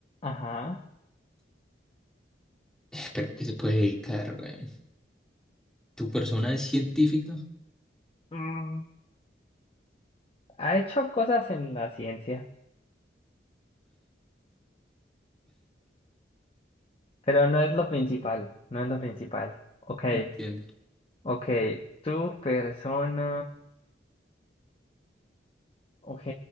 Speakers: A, on the left; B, in the centre.
A: Ajá.
B: <sighs> pero que se puede dedicar, güey? ¿Tu persona es científica?
A: Mm, ha hecho cosas en la ciencia, pero no es lo principal, no es lo principal. Ok,
B: Entiendo.
A: ok. Tu persona. Ok,